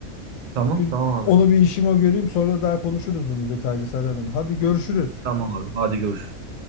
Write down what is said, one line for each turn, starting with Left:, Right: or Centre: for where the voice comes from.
Right: Tamam,
Left: Bir,
Right: tamam
Left: onu
Right: abi.
Left: bir işime göreyim sonra daha konuşuruz bunu detaylı saralım. Hadi görüşürüz.
Right: Tamam abi. Hadi görüşürüz.